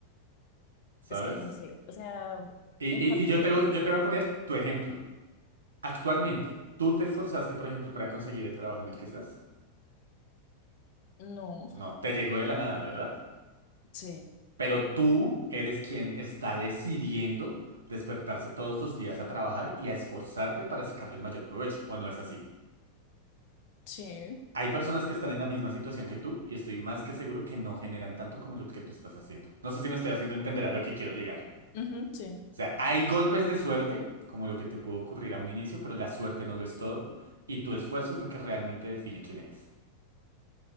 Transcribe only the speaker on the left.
Es que no sé, o sea,
en
parte,
no,
sí,
sí,
ujú, sí,